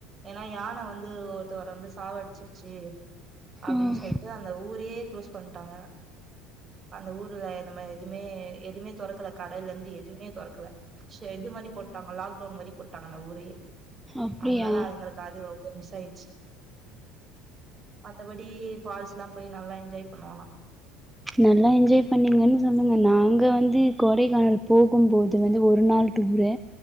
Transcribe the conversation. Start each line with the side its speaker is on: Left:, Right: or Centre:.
Right: ஏன்னா யான வந்து ஒருத்தவர வந்து சாவ அடிச்சிருச்சு அப்டின்னு
Centre: ம்
Right: சொல்லிட்டு அந்த ஊரே குளோஸ் பண்டாங்க அந்த ஊர்ல நம்ம எதுவுமே எதுவுமே தோறக்கல கடலந்து எதுவுமே தொறக்கல ஷேட்டு மாரி போட்டாங்க லாக்டவுன் மாரி போட்டாங்க அந்த ஊரையே
Centre: அப்டியா
Right: அன்னாலா அதுங்களுக்கு அது ரொம்ப மிஸ் ஆயிடுச்சு மத்தபடி ஃபால்ஸ்ல்லா போய் நல்லா என்ஜாய் பண்ணோ ஆனா
Centre: நல்லா என்ஜாய் பண்ணீங்கன்னு சொல்லுங்க நாங்க வந்து கொடைக்கானல் போகும்போது வந்து ஒரு நாள் டிர்ப்பு